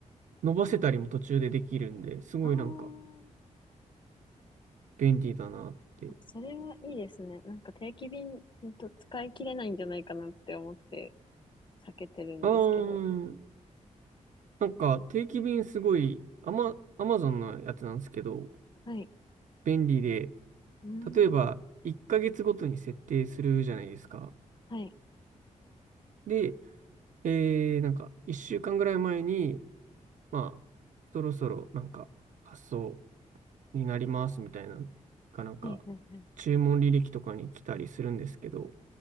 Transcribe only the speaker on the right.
伸ばせたりも途中でできるんで、すごいなんか
便利だなって。
あー、なんか定期便すごい、アマ、アマゾンのやつなんですけど、
便利で、
例えば1ヶ月ごとに設定するじゃないですか。
で、えー、なんか1週間ぐらい前に、まあ、そろそろなんか発送になりますみたいな、かなんか
注文履歴とかに来たりするんですけど、